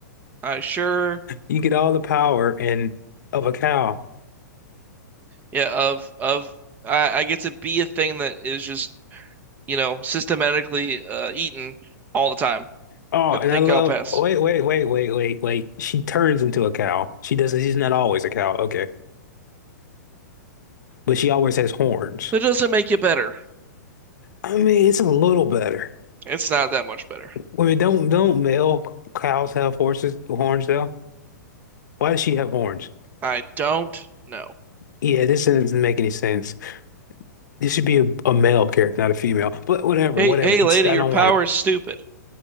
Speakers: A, on the right; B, on the left.
A: I sure.
B: You get all the power and of a cow.
A: Yeah, of of I, I get to be a thing that is just, you know, systematically uh, eaten all the time.
B: Oh,
A: I
B: and
A: think
B: I love.
A: I'll pass.
B: oh, Wait, wait, wait, wait, wait, wait. She turns into a cow. She doesn't. She's not always a cow. Okay, but she always has horns.
A: But it doesn't make it better.
B: I mean, it's a little better.
A: It's not that much better.
B: Wait, don't don't male cows have horses horns though? Why does she have horns?
A: I don't know.
B: Yeah, this doesn't make any sense. This should be a, a male character, not a female. But whatever,
A: Hey,
B: whatever.
A: hey,
B: It's,
A: lady,
B: I
A: your
B: don't
A: power
B: want it.
A: is stupid.